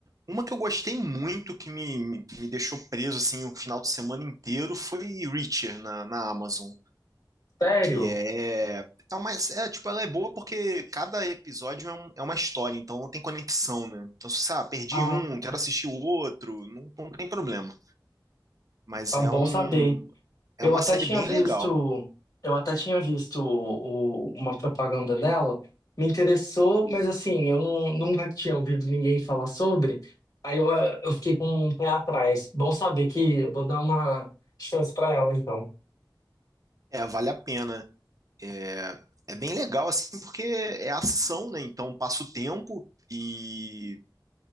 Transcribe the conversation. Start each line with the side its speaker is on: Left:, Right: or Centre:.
Right: Uma que eu gostei muito, que me, me, me deixou preso assim o final de semana inteiro, foi Reacher na, na Amazon
Left: sério,
Right: que é. É, uma, é, tipo, ela é boa porque cada episódio é, um- é uma história, então não tem conexão, né? Então, se você, ah, perdi
Left: ah,
Right: um, quero assistir o outro, não, não tem problema. Mas
Left: tá
Right: é
Left: bom
Right: um,
Left: saber.
Right: é
Left: Eu
Right: uma
Left: até
Right: série
Left: tinha
Right: bem
Left: visto,
Right: legal.
Left: eu até tinha visto o- uma propaganda dela, me interessou, mas assim, eu não- nunca tinha ouvido ninguém falar sobre. Aí eu, eu fiquei com um pé atrás. Bom saber que eu vou dar uma chance pra ela, então.
Right: É, vale a pena. É, é bem legal, assim, porque é ação, né? Então passa o tempo e,